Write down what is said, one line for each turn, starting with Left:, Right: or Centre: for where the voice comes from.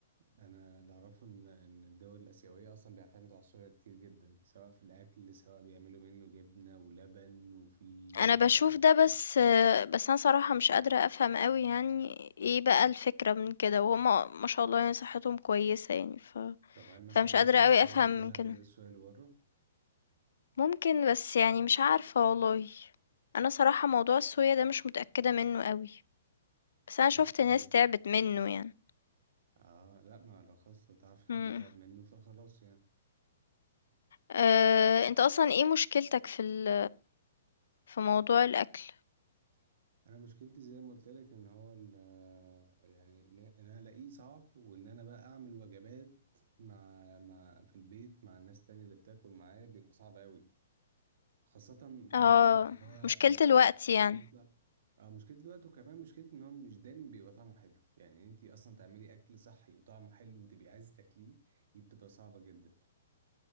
Right: انا اللي اعرفه ان ان الدول الاسيويه اصلا بيعتمدوا على الصويا كتير جدا سواء في الاكل سواء بيعملوا منه جبنه ولبن وفي
Left: أنا بشوف
Right: مش عارف
Left: ده بس آه، بس أنا صراحة مش قادرة أفهم أوي يعني ايه بقى الفكرة من كده وهما ما شاء الله يعني صحتهم كويسة يعني ف
Right: طب هل مثلا
Left: فمش
Right: ممكن
Left: قادرة أوي
Right: الصويا
Left: أفهم
Right: اللي
Left: من
Right: هنا
Left: كده.
Right: غير الصويا اللي بره
Left: ممكن، بس يعني مش عارفة والله. أنا صراحة موضوع الصويا ده مش متأكدة منّه أوي، بس أنا شُفت
Right: اوكي
Left: ناس تعبت منّه يعني.
Right: اه لا ما لو خلاص لو تعرف حد
Left: إمم.
Right: تعب منه فخلاص يعني
Left: آآ أنت أصلًا إيه مشكلتك في ال في موضوع الأكل؟
Right: انا مشكلتي زي ما قلت لك ان هو ال- آه، يعني ان إن انا الاقيه صعب وان انا بقى اعمل وجبات مع مع في البيت مع الناس تانية اللي بتاكل معايا بيبقى صعب قوي خاصة كمان
Left: آه.
Right: ان هو
Left: مشكلة
Right: مش
Left: الوقت يعني.
Right: دايماً بيطلع اه مشكلة الوقت وكمان مشكلة ان هو مش دايما بيبقى طعمه حلو يعني انت اصلا تعملي اكل صحي وطعمه حلو وتبقي عايز تاكليه دي بتبقى صعبة جدا